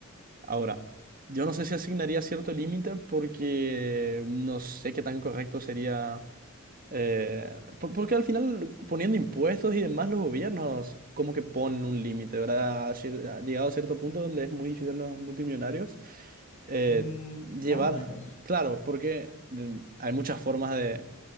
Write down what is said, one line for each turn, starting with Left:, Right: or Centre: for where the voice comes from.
Right: Ahora, yo no sé si asignaría cierto límite porque no sé qué tan correcto sería eh, po- porque al final poniendo impuestos y demás los gobiernos como que ponen un límite, ¿verdad? Cier- ha Llegado a cierto punto donde es muy difícil a los multimillonarios eh,
Left: Mm,
Right: llevar,
Left: más o menos.
Right: claro, porque de- hay muchas formas de,